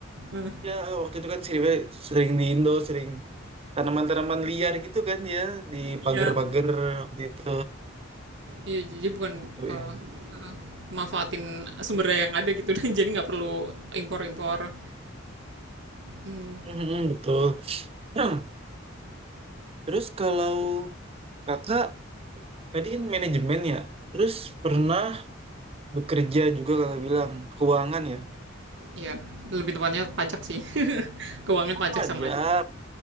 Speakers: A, on the right; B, on the right.
A: Heeh,
B: Ya, waktu itu kan sering, sering di Indo, sering tanaman-tanaman liar gitu kan ya, di
A: iya.
B: pagar-pagar waktu itu.
A: Iya, jadi bukan,
B: Gitu
A: eee,
B: ya.
A: manfaatin sumber daya yang ada gitu <laughs> dan jadi nggak perlu impor-impor, mmm,
B: Mhm, betul. <clears throat> Terus kalau kakak tadi kan manajemen ya, terus pernah bekerja juga kakak bilang, keuangan ya,
A: iya, lebih tepatnya pajak sih, <laughs> keuangan pajak
B: pajak.
A: sama